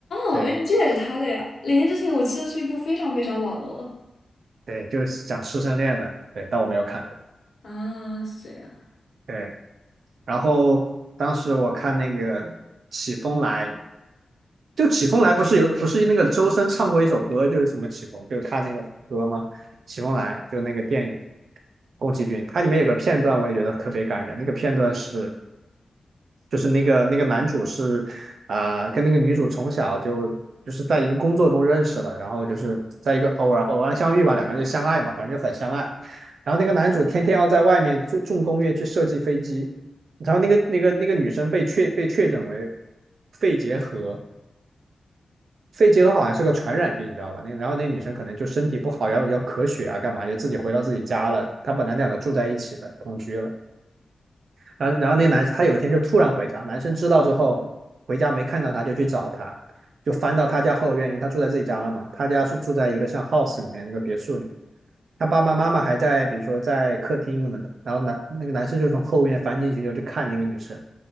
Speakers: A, on the left; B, on the right.
A: 哦，
B: 对
A: 因为这也是他的呀，《爷爷之庭》我记得是一部非常非常老的了。
B: 对就是讲师生恋的，对，但我没有看过。
A: 啊，是这样。
B: 对，然后当时我看那个《起风来》，就《起风来》不是有不是那个周深唱过一首歌，就是什么起风，就是他那个歌吗？《起风来》就那个电影，宫崎骏，它里面有个片段我也觉得特别感人，那个片段是就是那个那个男主是啊、呃跟那个女主从小就就是在一个工作中认识了，然后就是在一个偶然偶然相遇吧，两个人就相爱嘛，反正就很相爱。然后那个男主天天要在外面重重工业去设计飞机，然后那个那个那个女生被确被确诊为肺结核，肺结核好像是个传染病，你知道吧？那然后那女生可能就身体不好，要要咳血啊，干嘛就自己回到自己家了。她本来两个住在一起的，同居了。然后然后那个男他有一天就突然回家，男生知道之后回家没看到他，就去找他，就翻到他家后院，因为他住在自己家了嘛，他家是住在一个像 house 里面那个别墅里面，他爸爸妈妈还在比如说在客厅什么的，然后男那个男生就从后院翻进去就去看那个女生，